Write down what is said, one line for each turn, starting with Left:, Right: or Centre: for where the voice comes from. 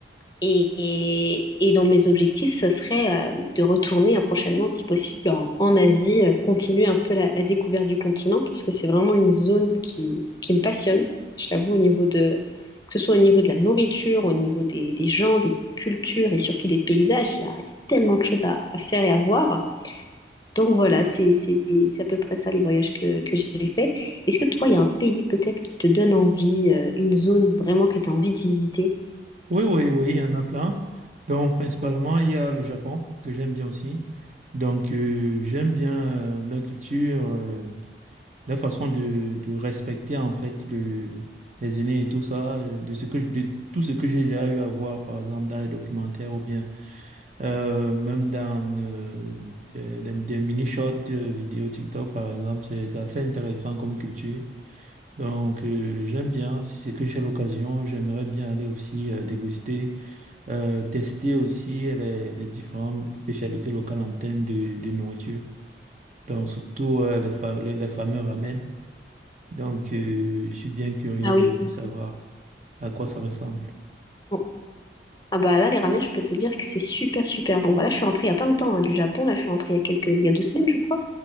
Left: Et, et- et dans mes objectifs, ce serait euh, de retourner euh, prochainement, si possible, en, en Asie, euh, continuer un peu la, la découverte du continent, parce que c'est vraiment une zone qui, qui me passionne, je t'avoue, au niveau de, que ce soit au niveau de la nourriture, au niveau des, des gens, des cultures et surtout des paysages, il y a, il y a tellement de choses à à faire et à voir. Donc voilà, c'est c'est- c'est à peu près ça les voyages que, que j'ai fait. Est-ce que toi, il y a un pays peut-être qui te donne envie, euh, une zone vraiment que tu as envie de visiter?
Right: Oui, oui, oui, il y en a plein. Donc, principalement, il y a le Japon, que j'aime bien aussi. Donc, euh, j'aime bien euh, la culture. euh, leur façon de, de respecter en fait le, les aînés et tout ça, euh, de ce que je- de tout ce que j'ai déjà eu à voir par exemple dans les documentaires ou bien euh, même dans euh, des, des- des mini-shorts euh, vidéo TikTok par exemple, c'est c'est assez intéressant comme culture. Donc euh, j'aime bien, si c'est que j'ai l'occasion, j'aimerais bien aller aussi euh, déguster, euh, tester aussi les, les différentes spécialités locales en termes de, de nourriture. Donc surtout euh, les, fa- les les fameux ramen. Donc, euh, je suis bien curieux
Left: Ah oui.
Right: de, de savoir à quoi ça ressemble.
Left: Bon. Ah bah là, les ramen, je peux te dire que c'est super, super bon. Bah là, je suis rentrée il n'y a pas longtemps hein, du Japon. Là, je suis rentrée il y a quelques... il y a deux semaines, je crois.